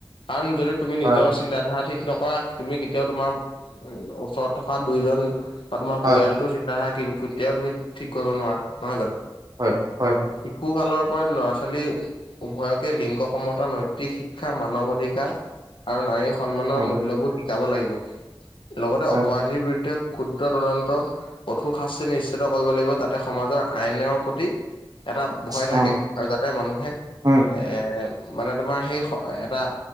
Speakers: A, on the left (about 80°); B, on the right (about 50°).
A: কাৰণ যদি তুমি নিজৰ
B: হয়,
A: চিন্তাধাৰা ঠিক নকৰা - তুমি কেতিয়াও তোমাৰ উ ওচৰত থকা দুইজন বা তোমাৰ
B: হয়,
A: পৰিয়ালটো চিন্তাধাৰা কি - কেতিয়াও তুমি ঠিক কৰিব নোৱাৰা নহয় জানো।
B: হয়, হয়, হয়।
A: শিশু কালৰ পৰা ল'ৰা-ছোৱালী - উভয়কে লিংগ সমতা নৈতিক শিক্ষা মানৱ অধিকাৰ আৰু নাৰী- সন্মানৰ
B: হয়,
A: মূল্যবোধ শিকাব লাগিব। লগতে
B: হয়,
A: অপৰাধীৰ বিৰুদ্ধে - ক্ষুদ্ৰ তদন্ত কঠোৰ শাস্তি নিশ্চিত কৰিব লাগিব যাতে সমাজৰ আইনৰ প্ৰতি - এটা ভয়
B: হয়,
A: থাকে আৰু যাতে মানুহে -
B: হয়,
A: এ মানে তোমাৰ সেই এটা